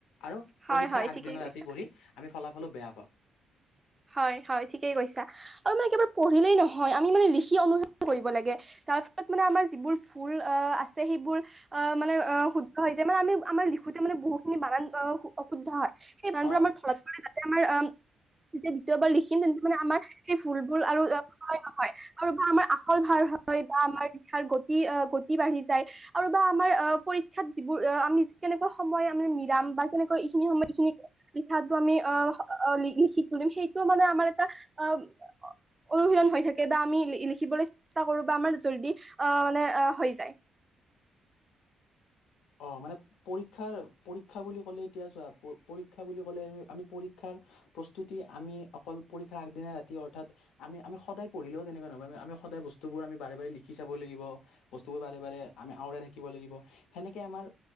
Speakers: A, on the left; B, on the right.
A: আৰু
B: হয়
A: পৰীক্ষাৰ
B: হয়
A: আগদিনা
B: ঠিকেই কৈছা
A: ৰাতি পঢ়ি আমি ফলাফলো বেয়া পাওঁ।
B: হয়, হয়, ঠিকেই কৈছা। আৰু মানে একবাৰ পঢ়িলেই নহয় আমি মানে লিখি <unintelligible> কৰিব লাগে। যাৰ ফলত মানে আমাৰ যিবোৰ ভুল অ', আছে সেইবোৰ অ', মানে অ', শুদ্ধ হৈ যে মানে আমাৰ লিখোতে মানে বহুখিনি বাগান অশুদ্ধ হয় সেই বানান
A: অ
B: বোৰ <unintelligible> যাতে আমাৰ অ' যেতিয়া দ্বিতীয়বাৰ লিখিম তেন্তে মানে আমাৰ সেই ভুলবোৰ আৰু <unintelligible> নহয়। আৰু বা আমাৰ আখৰ ভাল হয় বা আমাৰ লিখাৰ গতি গতি বাঢ়ি যায়। আৰু বা আমাৰ অ', পৰীক্ষাত যিবোৰ আমি কেনেকুৱা সময় মানে মিৰাম বা কেনেকা এইখিনি সময় এইখিনি লিখাটো আমি অ', লিখি তুলিম সেইটো মানে আমাৰ এটা অ' অনুশীলন হৈ থাকে বা আমি লিখিবলৈ চেষ্টা কৰো বা আমাৰ জল্দি অ মানে হৈ যায়।
A: অ', মানে পৰীক্ষাৰ পৰীক্ষা বুলি ক'লে এতিয়া চোৱা পৰীক্ষা বুলি ক'লে আমি পৰীক্ষাৰ প্ৰস্তুতি আমি অকল পৰীক্ষাৰ আগদিনা ৰাতি অৰ্থাৎ আমি আমি সদায় পঢিলও তেনেকুৱা নহ'ব আমি সদায় বস্তুবোৰ আমি বাৰে লিখি চাব লাগিব। বস্তুবোৰ বাৰে বাৰে আমি আওৰাই থাকিব লাগিব। সেনেকৈ আমাৰ